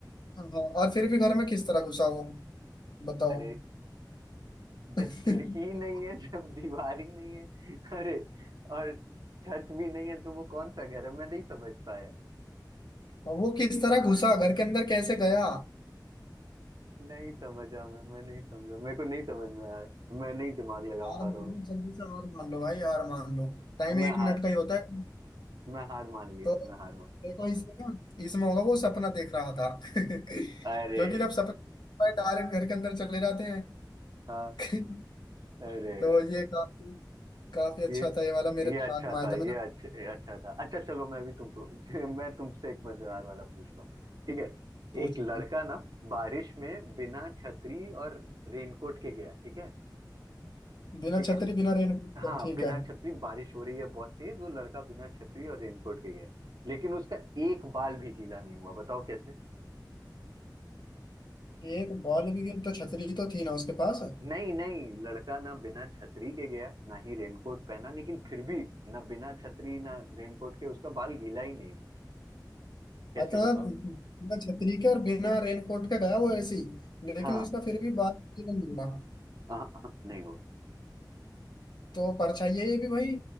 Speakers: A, on the left (about 70°); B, on the right (about 60°).
A: हाँ और फिर भी घर में किस तरह घुसा वो बताओ
B: अरे
A: <laughs>
B: जब खिड़की ही नहीं है जब दीवार ही नहीं है अरे और छत भी नहीं है तो वो कौन सा घर है मैं नहीं समझ पाया
A: और वो किस तरह घुसा घर के अंदर कैसे गया
B: नहीं समझा मैं मैं नहीं समझा मेरे को नहीं समझ में आ रहा मैं नहीं दिमाग लगा
A: हार
B: पा
A: मान
B: रहा हूँ
A: लो
B: इसमें
A: जल्दी से हार मान लो भाई हार मान लो टाइम
B: मैं
A: एक
B: हार
A: मिनट का ही होता है
B: मैं हार मान लिया
A: तो
B: मैं हार मान
A: देखो इसमें ना इसमें होगा वो सपना देख रहा था <laughs> क्योंकि
B: अरे
A: जब सपना डायरेक्ट घर के अंदर चले जाते हैं
B: हाँ
A: <laughs>
B: अरे
A: तो
B: यार
A: ये काफी काफी अच्छा
B: ये
A: था ये वाला मेरे
B: ये
A: दिमाग
B: अच्छा
A: में आया
B: था
A: था
B: ये
A: मैंने
B: अच्छा अच्छा था अच्छा चलो मैं भी तुमको <laughs> मैं तुमसे एक मजेदार वाला पूछता हूँ ठीक है
A: पूछा
B: एक लड़का ना बारिश में बिना छतरी और रेनकोट के गया ठीक है
A: बिना
B: ठीक
A: छतरी
B: है
A: बिना रेनकोट के,
B: हाँ
A: ठीक
B: बिना
A: है
B: छतरी बारिश हो रही है बहुत तेज वो लड़का बिना छतरी और रेनकोट के गया लेकिन उसका एक बाल भी गीला नहीं हुआ बताओ कैसे
A: एक बॉल भी गिर तो छतरी तो थी ना उसके पास
B: नहीं नहीं लड़का ना बिना छतरी के गया ना ही रेनकोट पहना लेकिन फिर भी ना बिना छतरी ना रेनकोट के उसका बाल गीला ही नहीं हुआ कैसे
A: अच्छा
B: बताओ
A: बिना छतरी के और बिना रेनकोट के गया वो ऐसे ही लेकिन
B: हाँ
A: उसका फिर भी बाल गीला नहीं हुआ
B: हाँ हाँ, नहीं हुआ
A: तो परछाई है ये भी भाई